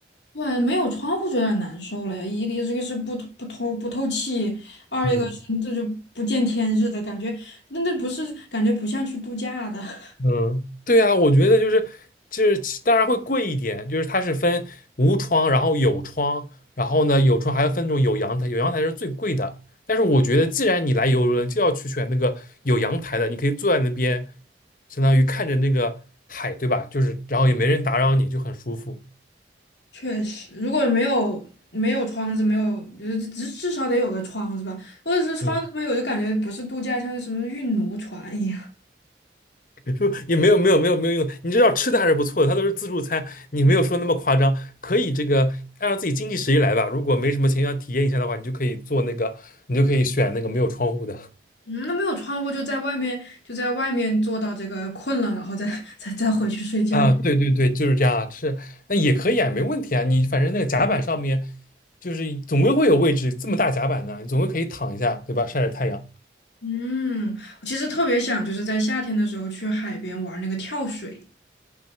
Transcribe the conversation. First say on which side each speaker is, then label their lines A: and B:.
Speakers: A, on the left; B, on the left.
A: 对，没有窗户就有点难受了呀。一个一个是不透不透不透气，二一个是这就不见天日的感觉，
B: 嗯。
A: 那那不是感觉不像去度假的。<laughs>
B: 嗯，对啊，我觉得就是就是其当然会贵一点，就是它是分无窗，然后有窗，然后呢有窗还要分那种有阳台，有阳台是最贵的。但是我觉得既然你来游轮，就要去选那个有阳台的，你可以坐在那边，相当于看着那个海，对吧？就是然后也没人打扰你，就很舒服。
A: 确实，如果没有没有窗子，没有就是至至少得有个窗子吧，或者是窗子没有，
B: 嗯。
A: 就感觉不是度假，像是什么运奴船一样。
B: <laughs> 也没有没有没有没有用，你知道吃的还是不错的，它都是自助餐，你没有说那么夸张，可以这个按照自己经济实力来吧。如果没什么钱要体验一下的话，你就可以做那个，你就可以选那个没有窗户的
A: 嗯，那没有窗户就在外面，就在外面坐到这个困了，然后再 <laughs> 再再回去睡觉。
B: 啊。对对对，就是这样啊，是那也可以啊，没问题啊。你反正那个甲板上面就是总归会有位置，这么大甲板呢，你总归可以躺一下，对吧？晒晒太阳。
A: 嗯，我其实特别想就是在夏天的时候去海边玩那个跳水。